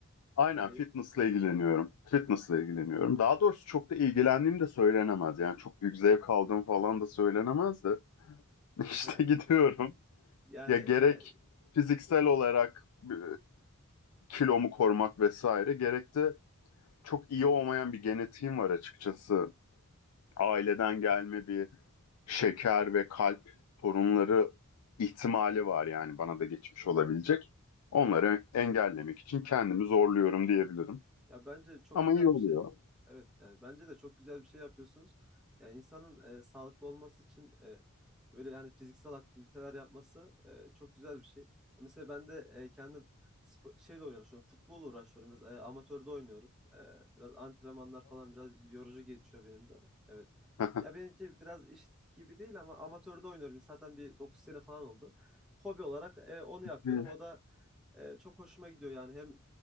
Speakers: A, on the left; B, in the centre.
A: Aynen
B: E, yok.
A: fitnessla ilgileniyorum. Fitnessla ilgileniyorum. Daha doğrusu çok da ilgilendiğim de söylenemez. Yani çok büyük zevk aldığım falan da söylenemez de. <laughs> İşte
B: Hı hı.
A: gidiyorum.
B: Yani
A: Ya gerek
B: e,
A: fiziksel olarak e, kilomu korumak vesaire gerek de çok iyi
B: hı
A: olmayan
B: hı.
A: bir genetiğim var açıkçası. Aileden gelme bir şeker ve kalp sorunları ihtimali var yani bana da geçmiş olabilecek. Onları engellemek için kendimi zorluyorum diyebilirim.
B: Ya bence çok
A: Ama
B: güzel
A: iyi oluyor.
B: bir şey. Evet yani bence de çok güzel bir şey yapıyorsunuz. Yani insanın e, sağlıklı olması için e, böyle yani fiziksel aktiviteler yapması e, çok güzel bir şey. Mesela ben de e, kendim spo- şeyle uğraşıyorum. Futbolla uğraşıyorum. Biraz e, amatörde oynuyorum. E, biraz antrenmanlar falan biraz yorucu geçiyor benim de. Evet.
A: <laughs>
B: Ya benimki biraz iş gibi değil ama amatörde oynuyorum. Zaten bir 9 sene falan oldu. Hobi olarak e, onu yapıyorum.
A: Evet.
B: O da e, çok hoşuma gidiyor yani. Hem e,